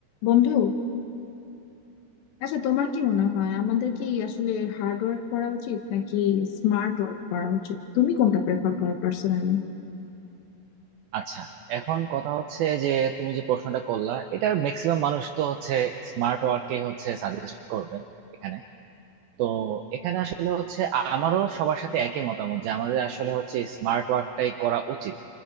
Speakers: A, on the left; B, on the right.
A: বন্ধু আচ্ছা তোমার কি মনে হয় আমাদের কি আসলে হার্ড ওয়ার্ক করা উচিত নাকি স্মার্ট ওয়ার্ক করা উচিত তুমি কোনটা প্রেফার করো পার্সোনালি
B: আচ্ছা এখন কথা হচ্ছে যে তুমি যে প্রশ্নটা করলা এটার ম্যাক্সিমাম মানুষ তো হচ্ছে স্মার্ট ওয়ার্কে হচ্ছে সাজেস্ট করবে এখানে তো এখানে আসলে হচ্ছে আমারও সবার সাথে একই মতামত যে আমাদের আসলে হচ্ছে স্মার্ট ওয়ার্কটাই করা উচিত